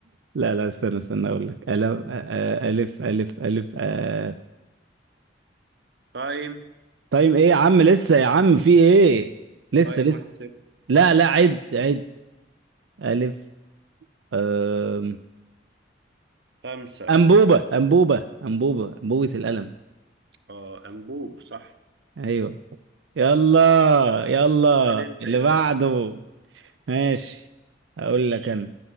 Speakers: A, on the right; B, on the right.
A: لا لا استنى استنى اقول لك الف آه، الف الف الف آه.
B: تايم
A: طيب ايه يا عم لسه يا عم في ايه لسه
B: تايم
A: لسه
B: واحد صفر
A: لا لا عد عد الف آم.
B: خمسة
A: انبوبه انبوبه انبوبه انبوبه القلم
B: اه أنبوب صح
A: ايوه يلا يلا
B: اسأل أنت
A: اللي
B: اسأل
A: بعده ماشي اقول لك انا